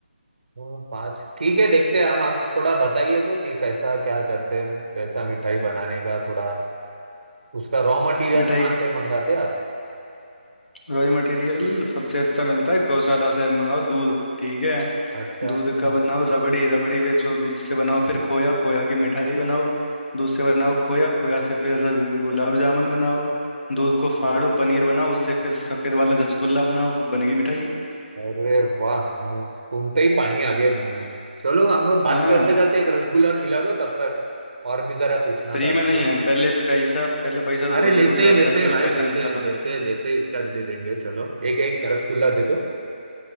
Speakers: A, on the right; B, on the left.
A: हाँ, पाँच ठीक है देखते हैं हम आप थोड़ा बताइए तो कि कैसा क्या करते हैं कैसा मिठाई बनाने का थोड़ा उसका रॉ मटेरियल्स
B: मिठाई
A: कहाँ से मंगाते हैं आप
B: रॉयल मटेरियल सबसे अच्छा मिलता है गौशाला से मंगाओ दूध ठीक है
A: अच्छा
B: दूध का
A: हाँ
B: बनाओ रबड़ी रबड़ी बेचो दूध से बनाओ फिर खोया खोया की मिठाई बनाओ दूध से बनाओ खोया खोया से फिर रस- गुलाब जामुन बनाओ दूध को फाड़ो पनीर बनाओ उससे फिर सफेद वाला रसगुल्ला बनाओ बनेगी मिठाई
A: अरे वाह मुंह सुनते ही पानी आ गया मुंह में चलो हम लोग बात
B: हाँ
A: करते करते एक रसगुल्ला खिला दो तब तक और भी जरा पूछना
B: फ्री
A: था
B: में
A: आपसे
B: नहीं है पहले पैसा पहले पैसा तो
A: अरे
B: बहुत
A: लेते
B: देर हुई खाते
A: लेते
B: खाते पहले
A: भाई
B: पैसा
A: देते
B: निकालो
A: देते देते इसका भी दे देंगे चलो एक एक रसगुल्ला दे दो